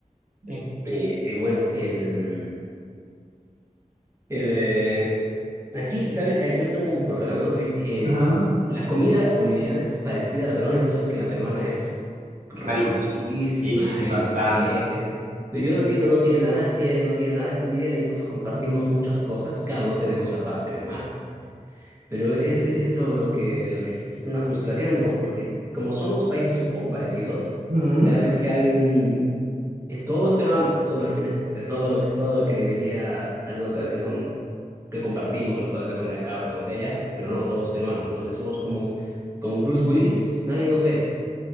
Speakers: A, on the right; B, on the right.
A: sí.
B: y, y bueno, el, el, eh, Aquí, ¿sabes? Eh, Yo tengo un problema, ¿no? Eh,
A: Ajá.
B: la comida boliviana es parecida a la peruana y tú sabes que la peruana es reconocidísima
A: Marí. Y bastante.
B: y no sé qué, qué. Pero yo no entiendo, no tiene nada que, no tiene nada que envidiarle, incluso compartimos muchas cosas. Claro, no tenemos la parte de mar, pero es, el- es lo, lo que, lo que es una frustración, ¿no? Porque como somos países un poco parecidos,
A: Ujú.
B: cada vez que alguien eh, todo es peruano, todo lo que, <laughs> o sea, todo lo que, todo lo que debería, algunas cosas que son que compartimos, otras cosas que son de acá, otras son de allá, pero no, todos peruanos Entonces somos como, como Bruce Willis, nadie nos ve,